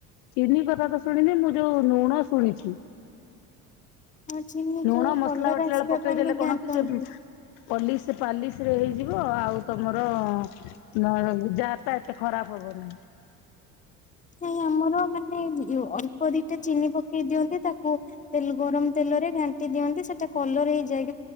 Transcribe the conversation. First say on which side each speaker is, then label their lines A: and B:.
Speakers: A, on the left; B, on the left.
A: ଚିନି କ ପାଗ ଶୁଣିନି ମୁଁ ଯୋଉ ନୁଣ ଶୁଣିଚି।
B: ହଁ ଚିନି
A: ନୁଣ
B: କେବଳ
A: ମସଲା
B: କଲର
A: ବାଟିଲା
B: ଆସିବା
A: ବେଳେ ପକେଇଦେଲେ
B: ପାଇଁ
A: କଣ
B: ଘାଣ୍ଟନ୍ତି।
A: କି ସେ ମ୍ ପଲିସ ପାଲିସ ରେ ହେଇଯିବ। ଆଉ ତମର ଅଁ ଯା ତା ଏତେ ଖରାପ ହବ ନାହିଁ।
B: ନାଇଁ ଆମ୍ ଆମର ମାନେ ୟୋ ଅଳ୍ପ ଦିଟା ଚିନି ପକେଇ ଦିଅନ୍ତି ତାକୁ ତେଲ ଗରମ ତେଲରେ ଘାଣ୍ଟି ଦିଅନ୍ତି ସେଟା କଲର ହେଇଯାଇ।